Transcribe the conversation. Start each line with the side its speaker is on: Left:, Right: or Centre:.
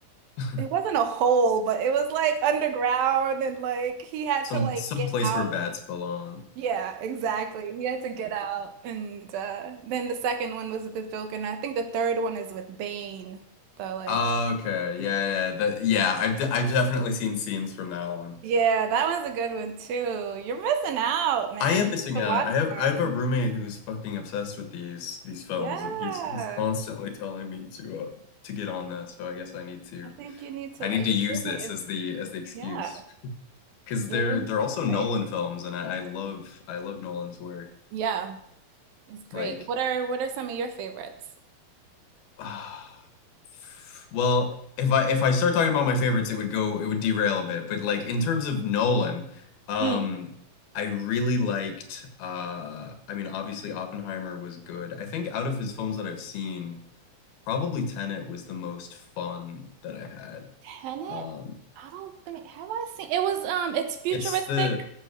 Left: <laughs>
Right: it wasn't a hole, but it was like underground and like he had
Left: Some
Right: to like
Left: some
Right: get
Left: place
Right: out.
Left: where bats belong. <laughs>
Right: Yeah, exactly. He had to get out. And uh then the second one was with the Joker, and I think the third one is with Bane. So like
Left: Okay, yeah, yeah, that, yeah. I've de I've definitely seen scenes from that one.
Right: yeah, that one's a good one too. You're missing out, man.
Left: I am
Right: You
Left: missing
Right: have to
Left: out.
Right: watch
Left: I have
Right: them.
Left: I have a roommate who's fucking obsessed with these these films,
Right: Yeah.
Left: and he's he's constantly telling me to uh, to get on that. So I guess I need to
Right: I think you need to
Left: I need
Right: uh, your
Left: to use
Right: roommate
Left: this as
Right: is
Left: the as the excuse
Right: yeah.
Left: because
Right: Your
Left: they're
Right: roommate
Left: they're also
Right: is
Left: Nolan
Right: great.
Left: films, and I, I love I love Nolan's work.
Right: Yeah, he's great.
Left: Like
Right: What are what are some of your favorites?
Left: <sighs> Well, if I if I start talking about my favorites, it would go it would derail a bit. But like in terms of Nolan, um,
Right: Mm.
Left: I really liked uh I mean obviously Oppenheimer was good. I think out of his films that I've seen, probably Tenet was the most fun that I had.
Right: Tenet?
Left: Um,
Right: I don't think have I seen it was um it's futuristic.
Left: it's the